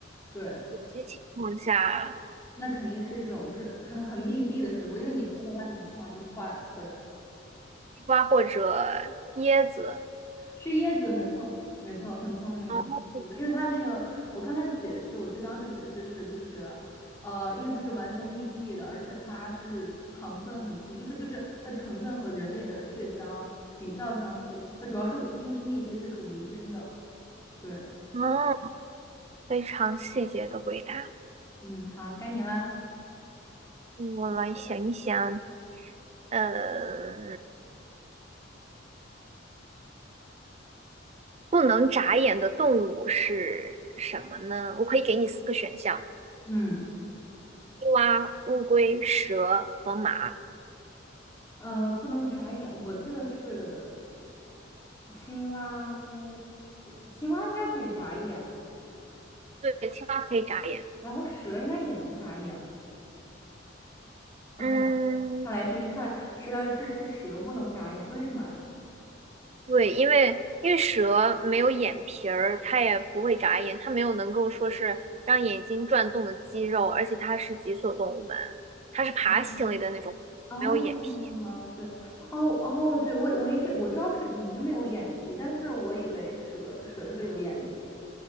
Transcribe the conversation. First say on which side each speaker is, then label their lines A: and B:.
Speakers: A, on the left; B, on the right.
A: 对，
B: 有些情况下，
A: 那肯定是一种就是很很密闭的水果，因为你放在外面的话就坏了。对。
B: 西瓜或者椰子。
A: 是椰子，没错，没错，很聪明，
B: 哦，
A: 我觉得，因为它那个，我看它解释，我记得当时解释是，就是，呃，因为它是完全密闭的，而且它是糖分很低，就是就是它成分和人类的血浆比较相似，它主要是因为是密闭，所以是无菌的。对，
B: 嗯，非常细节的回答。
A: 嗯，好，该你了。
B: 嗯我来想一想，呃，不能眨眼的动物是什么呢？我可以给你四个选项：
A: 嗯，
B: 青蛙、乌龟、蛇和马。
A: 呃，不能眨眼，我记得是青蛙屋，我青蛙应该可以眨眼，
B: 对，青蛙可以眨眼。
A: 然后蛇应该也能眨眼。OK，
B: 嗯，
A: 看来是是看来是呃是是蛇不能眨眼，为什么呀？
B: 对，因为因为蛇没有眼皮儿，它也不会眨眼，它没有能够说是让眼睛转动的肌肉，而且它是脊索动物门，它是爬行类的那种，
A: 嗯，哦，
B: 没有眼皮。
A: 对，哦哦，对，我我一直我知道是鱼没有眼皮，但是我以为蛇蛇是有眼皮的。